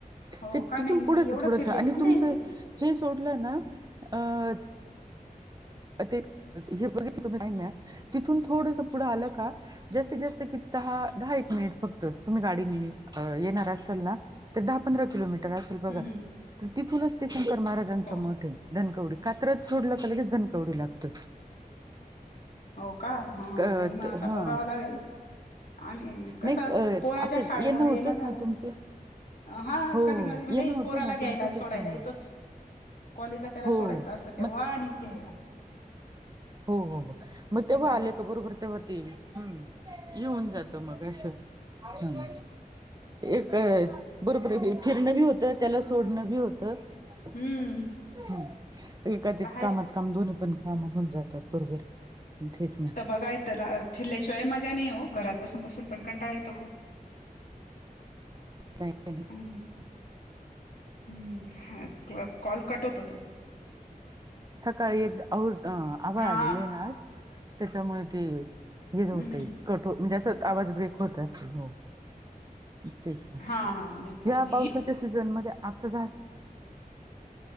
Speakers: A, on the left (about 70°); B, on the right (about 25°).
A: हो
B: ते
A: का
B: तिथून
A: नाही मी
B: पुढंच
A: एवढं
B: आहे थोडस
A: फिरलेली
B: आणि
A: नाहीय
B: तुमचं
A: तिथे
B: हे सोडलं ना अ ते हे बघ तुम्ही तिथून थोडस पुढं आलं का जास्तीत जास्त किती दहा दहा एक मिनिट फक्त तुम्ही गाडीनी येणार असाल न त दहा पंधरा किलोमीटर असेल
A: हम्म
B: बघा
A: हम्म
B: तिथूनच ते शंकर महाराजांचा
A: हो
B: मठ आहे धनकवडी कात्रज सोडलं का लगेच धनकवडी लागत.
A: हो का हा
B: का
A: नाही मग
B: त
A: आता
B: हा
A: बघावं लागेल आम्ही कसं
B: नाही
A: पोराच्या
B: असंच
A: शाळेमुळे
B: येणं होतच
A: झालं
B: न तुमचं?
A: हा
B: हो
A: कधी
B: हो
A: मधी म्हणजे
B: येणं होतं
A: पोराला
B: ना
A: घ्यायला
B: तुमचं
A: अन
B: त्याच्यामुळे
A: सोडायला येतोच. कॉलेजला त्याला
B: हो
A: सोडायच
B: हो.
A: असतं तेव्हा
B: मग
A: आणि घ्यायला.
B: हो हो हो मग तेव्हा
A: त्याचा आता
B: आले
A: हा
B: क बरोबर ते येऊन जातं मग असं हम्म एक
A: नाही
B: बरोबर फिरणं बी होतं त्याला सोडणं बी होत होत
A: हम्म
B: हम्म एकात
A: ते
B: एक
A: तर आहेच.
B: कामात काम दोन्ही पण काम होऊन जातात बरोबर तेच न.
A: बघितला फिरल्याशिवाय मजा नाही हो घरात बसून बसून पण कंटाळा यतो खूप.
B: नाही
A: हम्म हम्म कॉल कट होतो तो
B: सकाळी एक आव आभाळ
A: हा
B: आलेलं आहे न आज. त्याच्यामुळे ते
A: हम्म
B: हेच होतंय.
A: हम्म.
B: कट हो म्हणजे अस आवाज ब्रेक होत असेल हो तेच न
A: हा हा नाही काही
B: या
A: नाही
B: पावसाच्या सीझनमध्ये आता जाय